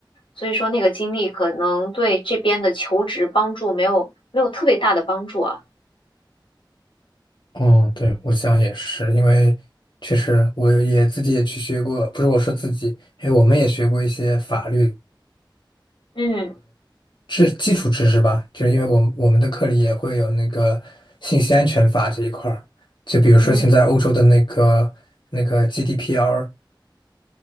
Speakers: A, on the left; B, on the left.
A: 所以说那个经历可能对这边的求职帮助没有没有特别大的帮助啊。
B: 嗯，对，我想也是，因为确实我也自己也去学过，不是我说自己，哎，我们也学过一些法律
A: 嗯
B: 知基础知识吧，就是因为我们我们的课里也会有那个信息安全法这一块儿，就比如说现在欧洲的那个那个
A: 嗯
B: GDPR，